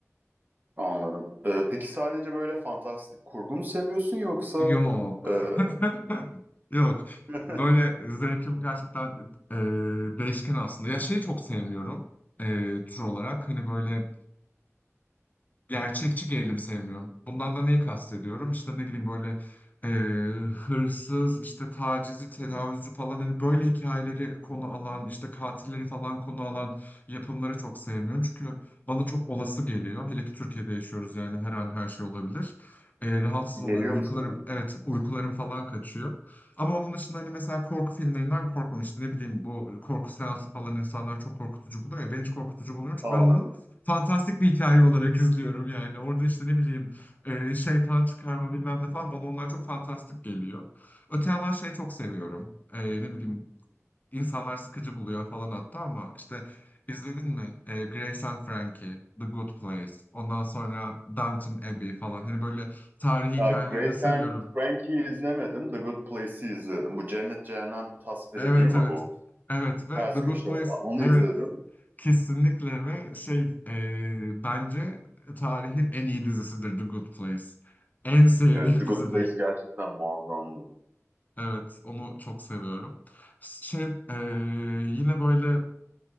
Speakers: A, on the right; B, on the left.
A: anladım. E, peki sadece böyle fantastik kurgu mu seviyorsun yoksa
B: Yok.
A: e,
B: <laughs> Yok.
A: <laughs>
B: Böyle zevkim gerçekten e, değişken aslında. Ya şeyi çok sevmiyorum e, tür olarak. Hani böyle gerçekçi gerilim sevmiyorum. Bundan da neyi kastediyorum? İşte ne bileyim böyle e, hırsız, işte tacizi, tecavüzü falan hani böyle hikayeleri konu alan, işte katilleri falan konu alan yapımları çok sevmiyorum. Çünkü bana çok olası geliyor. Hele ki Türkiye'de yaşıyoruz yani her an her şey olabilir. E, rahatsız
A: Geliyor
B: oluyorum. Uykularım,
A: mu sana?
B: evet uykularım
A: Hı.
B: falan kaçıyor. Ama onun dışında hani mesela korku filmlerinden korkmamıştım. Ne bileyim bu korku seansı falan insanlar çok korkutucu buluyor ya. Ben hiç korkutucu bulmuyorum çünkü
A: Anladım.
B: ben onu fantastik bir hikaye olarak izliyorum yani. Orada işte ne bileyim e, şeytan çıkarma bilmem ne falan bana onlar çok fantastik geliyor. Öte yandan şey çok seviyorum. E, ne bileyim insanlar sıkıcı buluyor falan hatta ama işte izledin mi? E, Grace and Frankie, The Good Place, ondan sonra Downton Abbey falan. Hani böyle tarihi
A: Ha,
B: hikayeleri
A: Grace
B: de seviyorum.
A: and Frankie'yi izlemedim. The Good Place'i izledim. Bu cennet cehennem tasviri
B: Evet
A: değil mi
B: evet.
A: bu?
B: Evet ve
A: Ters
B: The Good
A: köşe
B: Place
A: falan. Onu
B: evet
A: izledim.
B: Kesinlikle ve şey e, bence tarihin en iyi dizisidir The Good Place. En sevdiğim
A: Evet, The Good
B: dizidir.
A: Place gerçekten muazzamdı.
B: Evet, onu çok seviyorum. Şey e, yine böyle